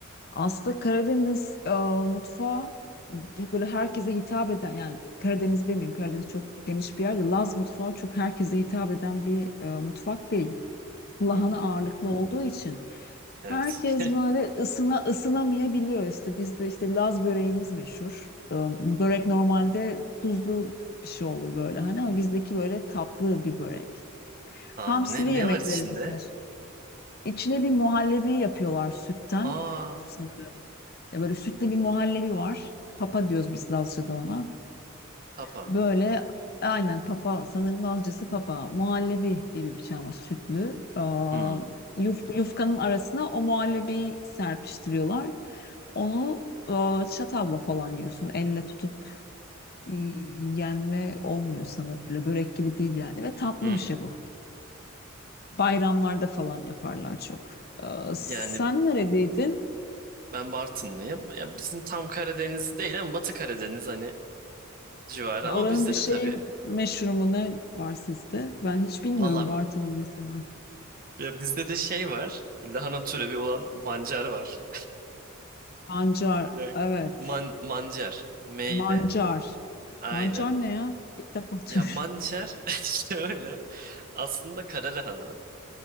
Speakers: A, on the left; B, on the right.
A: Aslında Karadeniz e, mutfağı ya böyle herkese hitap eden yani Karadeniz demeyeyim Karadeniz çok geniş bir yerde. Laz mutfağı çok herkese hitap eden bir e, mutfak değil. lahana
B: hı hı.
A: ağırlıklı olduğu için
B: Evet.
A: herkes böyle ısına ısınamayabiliyor işte bizde işte Laz böreğimiz meşhur. Ee, Börek normalde tuzlu bir şey olur böyle hani ama bizdeki böyle tatlı bir börek.
B: <laughs>
A: Hamsili
B: Aa, ne,
A: yemeklerimiz
B: ne var içinde?
A: meşhur. İçine bir muhallebi yapıyorlar sütten
B: Aa
A: sanırım. Ya böyle sütlü bir muhallebi var. Papa diyoruz biz Lazca'da ona.
B: papa.
A: Böyle aynen papa sanırım Lazcası papa muhallebi gibi bir şey ama sütlü. Aa,
B: Hı
A: yuf, yufkanın arasına o muhallebiyi serpiştiriyorlar. Onu aa, çatalla falan yiyorsun. Elle tutup e, yenme olmuyor sanırım. Böyle börek gibi değil yani ve tatlı
B: hı
A: bir
B: hı.
A: şey bu. Bayramlarda falan yaparlar çok. Aa, sen
B: Yani
A: neredeydin?
B: ben Bartınlıyım. Ya bizim tam Karadeniz değil ama Batı Karadeniz hani civarı.
A: E,
B: Ama
A: Oranın
B: bizde
A: bir şeyi
B: de tabii
A: meşhur mu ne var sizde? Ben hiç bilmiyorum
B: Valla
A: Bartın'ın nesi var.
B: ya bizde de şey var. Lahana türevi olan mancar var.
A: Pancar,
B: Ya,
A: evet.
B: man, mancar. M
A: Mancar.
B: ile. Aynen.
A: Mancar ne ya? İlk defa
B: Ya
A: duyuyorum.
B: mancar <laughs> işte öyle. Aslında kara lahana.